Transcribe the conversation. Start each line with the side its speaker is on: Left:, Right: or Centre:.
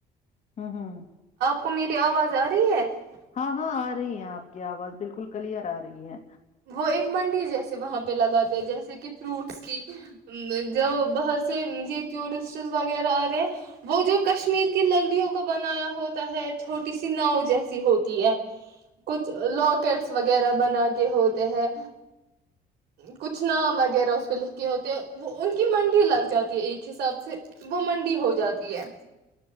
Left: ہوں ہوں <unintelligible>
Right: کمیری آواز آ رہی ہے <unintelligible>
Left: ہاں ہاں آ رہی ہیں آپ کی آواز بالکل کلیئر آ رہی ہے
Right: وہ ایک منڈی جیسے وہاں پہ پہ لگاتے ہیں جیسے کہ فروٹس کی جو باہر سے یہ ٹورسٹ وغیرہ آتے ہیں وہ جو کشمیر کی لکڑیوں کو بنایا ہوتا ہے چھوٹی سی ناؤ جیسی ہوتی ہے کچھ لاکٹس وغیرہ بنا کے ہو <unintelligible> ہیں کچھ نام وغیرہ اس پہ لکھے ہوتے ہیں وہ ان کے <unintelligible> کہ منڈی لگ جاتی ہے ایک حساب سے <unintelligible> وہ منڈی ہو جاتی ہے